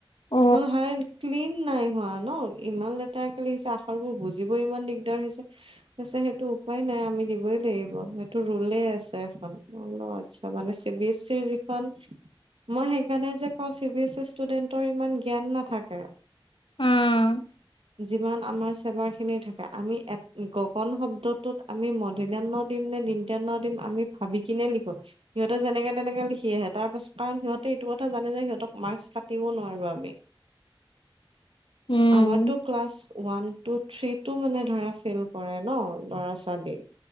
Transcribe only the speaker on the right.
মান হাৰে ক্লিন নাই হোৱা ন ইমান লেতেৰাক ক লি আহি বুজিবই ইমান দিগদাৰ হৈছেছে সেইটো উপায় নাই আমি দিবই লাগিব সেইটো ৰুলে আ এ্ল আচ্ছা মানে চি বি এছ ইৰ যিখন মই সেইকাৰণে যে কওঁ চি বিএছ ই ষ্টুডেন্টৰ ইমান জ্ঞান নাথাকে আৰু
যিমান আমাৰ চেবাৰ খিনি থাকে আমি গগন শব্দটোত আমি মধিনিয়া ন দিম নে দন্তিয়া ন দিম আমি ভাবি কিনে লিখো সিহতে যেনেকে তেনেকে লিখি আহে তাৰ পাছত কাৰণ সিহঁত এইটো কথা জানে যে সিহঁতক মাৰ্ক্স কাতিব নোৱাৰো আমি
আমাৰটো ক্লাছ ওৱান। থ্ৰী টো মানে ধৰা ফেইল কৰে ন ল'ৰা ছোৱালী।